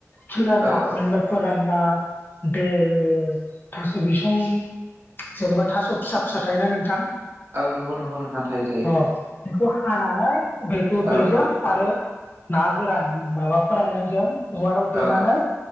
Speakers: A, on the left; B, on the right.
A: सिगार
B: औ
A: ना
B: औ
A: बेनिफ्राया फोराना देयो थास' बिसं जेनेबा थास' फिसा फिसा थायोना नोंथां?
B: नंगौ नंगौ नोंथां थायो थायो
A: अ बेखौ हानानै बेखौ बेजों
B: औ औ
A: आरो ना गोरान माबा फोराननायजों उवालाव देनानै
B: औ